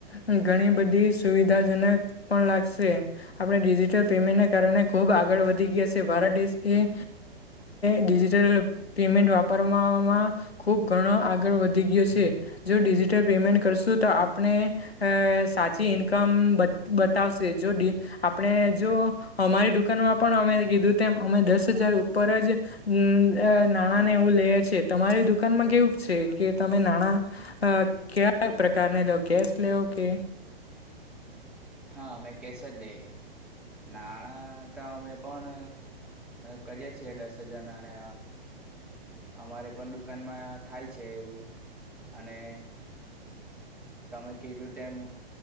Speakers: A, on the left; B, in the centre.
A: ઘણી બધી સુવિધાજનક પણ લાગશે આપણે ડિજિટલ પેમેન્ટ ને કારણે ખૂબ આગળ વધી ગયા છે ભારત દેશ એ ડિજિટલ પેમેન્ટ વા વાપરવામાં ખૂબ ઘણો આગળ વધી ગયો છે જો ડિજિટલ પેમેન્ટ કરશું તો આપ ણે અ સાથે પી ઇન્કમ બતાવશે જો આપણે જો અમારી દુકાનમાં પણ અમે કીધું તેમ અમે દસ હજાર ઉપર જ નાણાં ને એવું લઈએ છેએ તમારી દુકાનમાં કેવું? છે કે તમે નાણાં અ કયા પ્રકારને લેવો? કેશ લેવ કે
B: હા મેં કેસા જ લઈએ. નાણાં તો અમે પણ કરીએ છીએ દસ હજાર નાને અમારે પણ દુકાનમાં થાય છે એવું અને તમે કેટું ટાઈમ